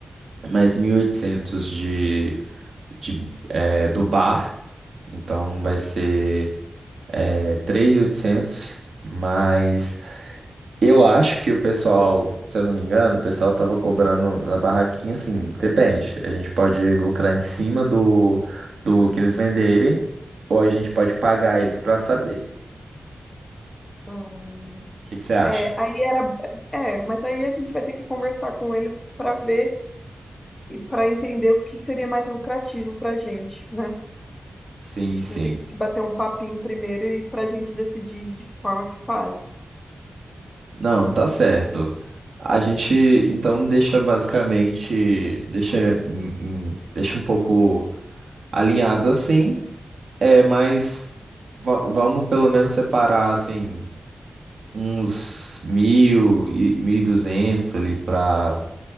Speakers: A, on the right; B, on the left.
A: Mais 1.800 de, de, é, do bar Então vai ser é, 3.800, mas eu acho que o pessoal, se eu não me engano, o pessoal tava cobrando na barraquinha, assim, depende. A gente pode lucrar em cima do, do que eles venderem, ou a gente pode pagar eles para fazer.
B: Hum,
A: O que que você acha?
B: é, aí era, é, mas aí a gente vai ter que conversar com eles para ver e para entender o que seria mais lucrativo para a gente, né?
A: Sim,
B: Acho
A: sim.
B: que vai ter que bater um papinho primeiro e para a gente decidir de que forma que faz.
A: Não, tá certo. A gente então deixa basicamente, deixa, em- em- deixa um pouco alinhado assim. É, mas va- vamos pelo menos separar, assim, uns mil e mil e duzentos ali para